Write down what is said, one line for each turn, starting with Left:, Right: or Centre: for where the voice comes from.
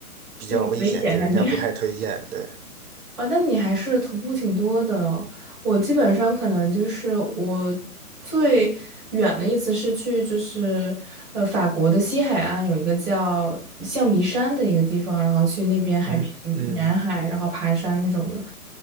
Right: 比较危险，
Centre: 就有点危险感觉。
Right: 就人家不太推荐，对。
Centre: 啊，那你还是徒步挺多的了。我基本上可能就是我最远的意思是去就是呃法国的西海岸有一个叫象鼻山的一个地方，然后去那边海边沿海，
Right: 嗯嗯
Centre: 然后爬山那种的，